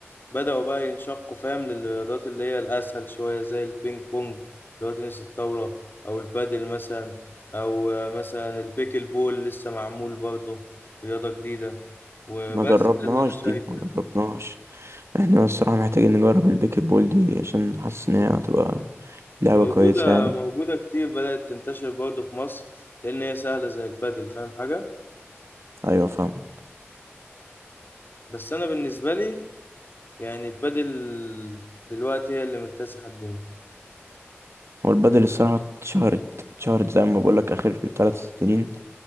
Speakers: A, on the left (about 50°); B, on the right (about 75°).
A: بدأوا بقى ينشقوا فاهم للرياضات اللي هي الأسهل شوية زي البينج بونج اللي هو تنس الطاولة أو البادل مثلا أو آه، مثلا البيكل بول لسه معمول برضه رياضة جديدة وبس
B: ما جربناهاش
A: ده اللي أنا شايفه
B: دي ما
A: يعني
B: جربناهاش احنا الصراحة محتاجين نجرب البيكر بول دي عشان حاسس ان هي هتبقى لعبة
A: موجودة
B: كويسة يعني
A: موجودة كتير بدأت تنتشر برضه في مصر لأن هي سهلة زي البادل فاهم حاجة؟
B: ايوه فاهمة
A: بس أنا بالنسبة لي يعني البادل دلوقتي هي اللي مكتسحة الدنيا
B: هو البدل الصراحة اتشهرت اتشهرت زي ما بقولك اخر ثلاث سنين